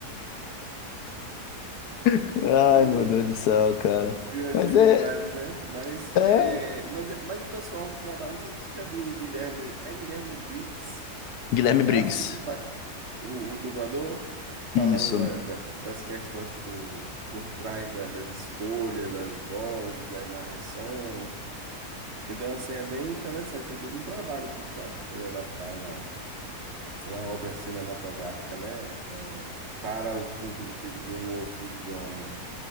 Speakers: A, on the left; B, on the right.
A: <laughs> Ai,
B: <laughs>
A: meu Deus do céu, cara.
B: Criatividade,
A: Mas é.
B: né? Mas,
A: É.
B: é, mas, mas o pessoal que trabalha, não sei se você já viu o Guilherme, é Guilherme Briggs,
A: Guilherme
B: eu
A: Briggs.
B: acho que o que faz, o, o dublador falando
A: Isso,
B: da- da- das questões por, por trás da- das escolhas, das vozes, das narrações. Então, assim, é bem interessante, tem todo um trabalho por trás para poder adaptar uma, uma obra cinematográfica, né? É, para o público de um outro idioma.